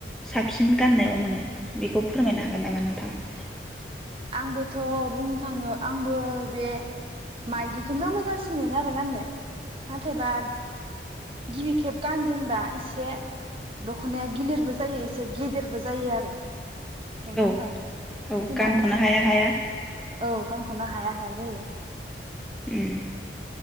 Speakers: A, in the centre; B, on the right.
A: साबसिन गाननायाव मोनो बेखौ फोरमायनो हागोन नामा नोंथाङा
B: आंबोथ' बुंनो थाङो आंबो बे माइदिखौनो मोजांसिन मोनो आरो गाननो नाथायबा गिबि खेब गानजेनबा एसे दख'नाया गिलिरबो जायो एसे गेदेरबो जायो आरो नङा
A: औ
B: होमबा
A: औ
B: सुनाय
A: गानख'नो हाया हाया
B: औ गांखौनो हाया हाया जायो।
A: उम